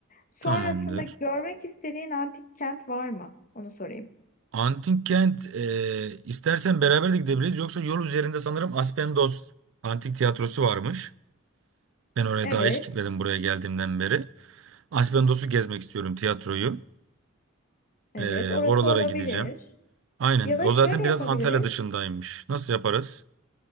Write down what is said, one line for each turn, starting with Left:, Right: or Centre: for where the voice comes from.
Left: Sonrasında
Right: Tamamdır.
Left: görmek istediğin antik kent var mı? Onu sorayım.
Right: Antik kent e, istersen beraber de gidebiliriz. Yoksa yol üzerinde sanırım Aspendos Antik Tiyatrosu varmış. Ben oraya
Left: Evet,
Right: daha hiç gitmedim buraya geldiğimden beri. Aspendos'u gezmek istiyorum tiyatroyu.
Left: evet.
Right: E,
Left: Orası
Right: oralara
Left: olabilir.
Right: gideceğim. Aynen.
Left: Ya da
Right: O
Left: şöyle
Right: zaten
Left: yapabiliriz.
Right: biraz Antalya dışındaymış. Nasıl yaparız?